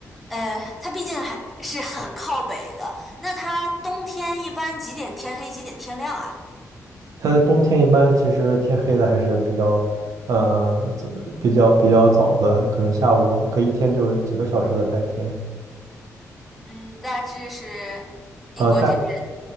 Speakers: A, in the centre; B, on the right (about 70°).
A: 呃，它毕竟还是很靠北的，那它冬天一般几点天黑，几点天亮啊？
B: 它的冬天一般其实天黑的还是比较，呃，早比较比较早的，可能下午可以一天就几个小时的白天。
A: 嗯，大致是英国这边，
B: 呃，大